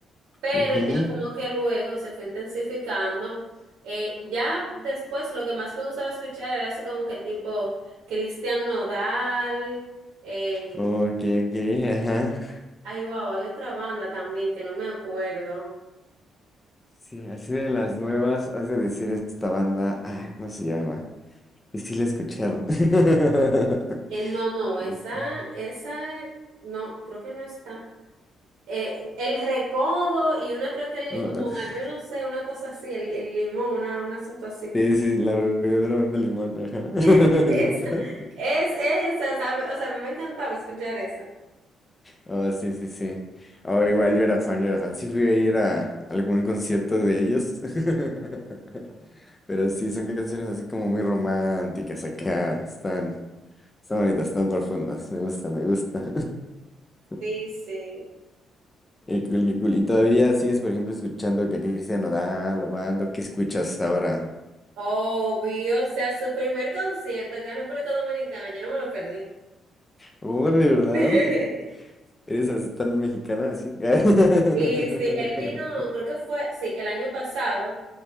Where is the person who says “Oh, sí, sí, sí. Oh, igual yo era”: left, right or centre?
Left